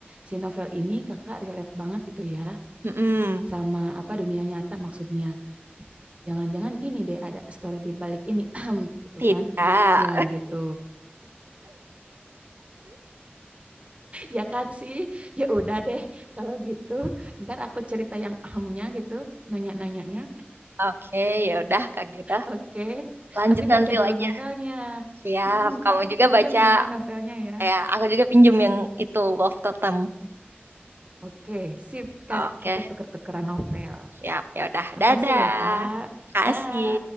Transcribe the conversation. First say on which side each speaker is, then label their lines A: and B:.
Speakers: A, on the right (about 30°); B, on the right (about 65°).
A: si novel ini kakak relate banget gitu ya
B: Mm-mm.
A: sama apa dunia nyata maksudnya. Jangan-jangan ini deh ada story di balik ini <clears throat> gitu
B: tidak
A: kan. Ya gitu. Ya kan sih. Ya udah deh kalau gitu. Ntar aku cerita yang ahamnya gitu, nanya-nanyanya.
B: <laughs> oke ya udah Kak gitu
A: Oke.
B: lanjut
A: Tapi
B: nanti
A: baca dulu
B: lagi
A: novelnya.
B: ya siap
A: Mm-mm,
B: kamu
A: ntar aku
B: juga
A: pinjam
B: baca
A: ya novelnya ya.
B: ya aku juga pinjem yang itu Wolf Totem
A: Oke, sip.
B: oke
A: Kan kita tuker-tukeran novel.
B: siap ya udah
A: Makasih
B: dadah
A: loh, Kak.
B: kasih
A: Dah.